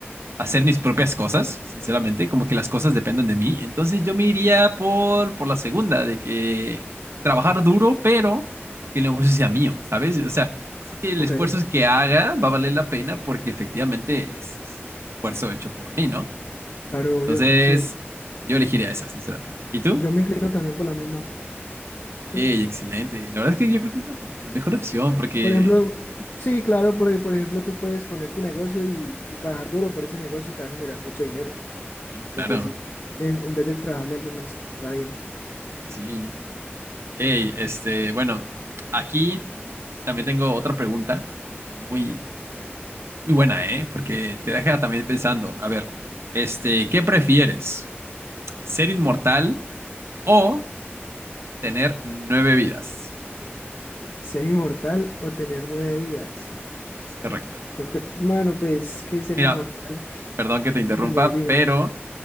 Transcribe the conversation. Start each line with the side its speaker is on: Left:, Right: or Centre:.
Right: hacer mis propias cosas, sinceramente, como que las cosas dependen de mí. Entonces yo me iría por, por la segunda, de que trabajar duro, pero que el negocio sea mío, ¿sabes? O sea, sé que el
Left: Ok,
Right: esfuerzo que haga va a valer la pena porque efectivamente es, es- es un esfuerzo hecho por mí, ¿no?
Left: claro,
Right: Entonces
Left: yo, sí.
Right: yo elegiría esa, sinceramente. ¿Y tú?
Left: Yo me inclino también por la misma,
Right: Ok,
Left: ¿sí?
Right: excelente. La verdad es que yo creo que es la- como que la mejor
Left: Sí,
Right: opción porque...
Left: Por ejemplo, sí, claro, porque por ejemplo tú puedes poner tu negocio y, y trabajar duro por ese negocio y te va a generar mucho dinero.
Right: Sí,
Left: Entonces,
Right: claro.
Left: sí, en, en vez de trabajarle a alguien más, está bien.
Right: Sí, sí, sí. Ok, este, bueno, aquí... También tengo otra pregunta, como que muy, muy buena, ¿eh? Porque te deja también pensando, a ver, este, ¿qué prefieres? ¿Ser inmortal o tener nueve vidas?
Left: ¿Ser inmortal o tener nueve vidas?
Right: Es correcto, ¿no?
Left: Yo cre- Mano, pues, ¿qué es ser
Right: Mira,
Left: inmortal?
Right: perdón que te interrumpa,
Left: Dime, dime,
Right: pero
Left: dime.